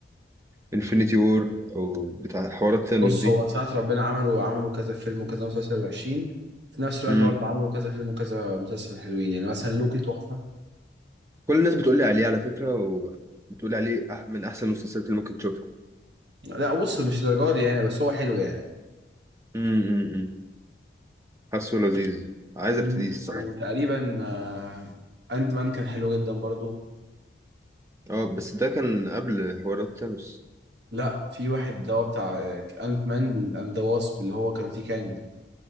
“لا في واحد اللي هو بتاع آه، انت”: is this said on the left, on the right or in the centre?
Right